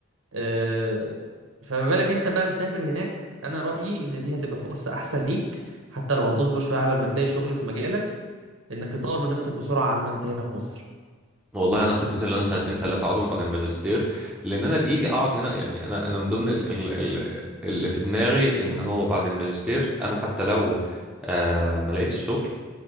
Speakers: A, on the right; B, in the centre.
A: آه، فما بالك انت بقى مسافر هناك انا رأيي ان دي هتبقى فرصة احسن ليك حتى لو هتصبر شوية قبل ما تلاقي شغل في مجالك انك تطور من نفسك بسرعة عن ما انت هنا في مصر
B: والله انا خطتي اللي انا سنتين ثلاثه اقعدهم بعد الماجستير لان انا بايدي اقعد هنا يعني انا انا من ضمن ال... ال... ال... اللي في دماغي ان هو بعد الماجستير انا حتى لو آه ما لقيتش شغل